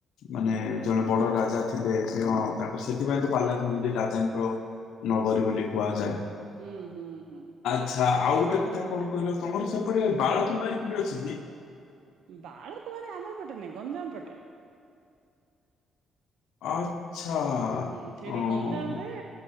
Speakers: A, on the left; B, on the right.
A: ମାନେ
B: ହେଲା।
A: ଜଣେ ବଡ଼ ରାଜା ଥିଲେ ସେ କଣ ତାଙ୍କ ସେଥିପାଇଁ ତ ପାରଳାଖେମୁଣ୍ଡି ରାଜାଙ୍କର ନଗରୀ ବୋଲି କୁହାଯାଏ।
B: ହୁଁ ହୁଁ ହୁଁ।
A: ଆଚ୍ଛା ଆଉ ଗୋଟେ କଥା କଣ କହିଲ, ତମର ସେପଟେ ବାଳ କୁମାରୀ କୁଡି ଅଛିକି?
B: ବାଳକୁୁମାରୀ ଆମର ପଟେ ନାଇଁ, ଗଞ୍ଜାମ ପଟେ।
A: ଆଚ୍ଛା।
B: ହୁଁ ସେଇଠି
A: ଓହୋ
B: ଗଞ୍ଜାମ
A: ହୋ
B: ରେ